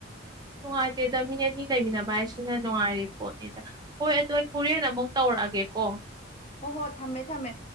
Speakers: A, on the right; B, on the left.
A: ꯅꯨꯡꯉꯥꯏꯇꯦꯗ ꯃꯤ ꯑꯅꯤ ꯂꯩꯃꯤꯟꯅꯕ ꯍꯥꯏꯁꯤꯅ ꯅꯨꯡꯉꯥꯏꯔꯤ ꯄꯣꯠꯅꯤꯗ ꯍꯣꯏ ꯑꯗꯨꯗꯣ ꯑꯩ ꯍꯣꯔꯦꯟ ꯑꯃꯨꯛ ꯇꯧꯔꯛꯑꯒꯦꯀꯣ
B: ꯍꯣ ꯍꯣ ꯊꯝꯃꯦ ꯊꯝꯃꯦ